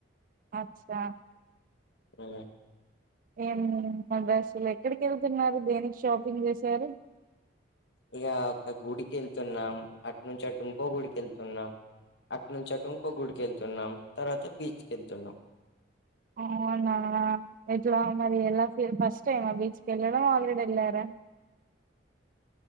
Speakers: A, on the right (about 45°); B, on the left (about 60°).
A: అచ్చా
B: హ్మ్
A: ఏం మా డ్రస్సులు ఎక్కడికి వెళ్తున్నారు దేనికి షాపింగ్ చేశారు
B: ఇగా క గుడికి వెళ్తున్నాం అటు నుంచి అటు ఇంకో గుడికేళ్తున్నాం అటు నుంచి అటు ఇంకో గుడికి యెళ్తున్నాం తర్వాత బీచ్కెళ్తున్నాం
A: అవునా ఎట్లా మరి ఎలా ఫస్ట్ టైమ్ బీచ్కి వెళ్ళడం ఆల్రెడీ యెళ్ళార